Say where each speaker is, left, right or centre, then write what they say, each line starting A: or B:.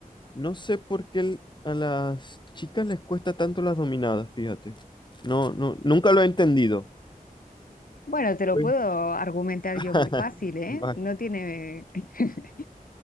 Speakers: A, on the left; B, on the left.
A: no sé por qué el- a las chicas les cuesta tanto las dominadas, fíjate. No, no, nunca lo he entendido.
B: Bueno, te lo
A: Uy.
B: puedo argumentar
A: <laughs>
B: yo muy fácil, ¿eh?
A: Vale.
B: No tiene... <laughs>